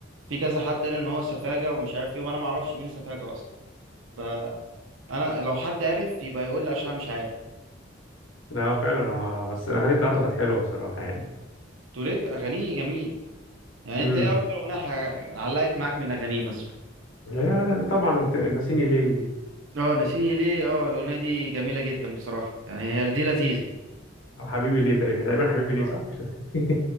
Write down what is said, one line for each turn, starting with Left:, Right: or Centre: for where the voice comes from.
Right: في كذا حد قال ان هو سفاجة ومش عارف ايه وانا ما اعرفش مين سفاجة اصلا فانا لو حد عارف يبقى يقول لي عشان أنا مش عارف
Left: لا هو فعلا هو بس الاغاني بتاعته كانت حلوه بصراحه يعني
Right: توليت اغانيه جميل يعني
Left: امم
Right: انت ايه اكتر اغنية ح- علقت معاك من اغانيه مثلا
Left: يعني طبعا الت- ناسيني ليه دي
Right: اه ناسيني ليه اه الاغنية دي جميلة جدا بصراحة يعني هي دي لذيذة
Left: او حبيبي ليه تقريبا تقريبا حبيبي ليه
Right: آه،
Left: صح مش ناسيني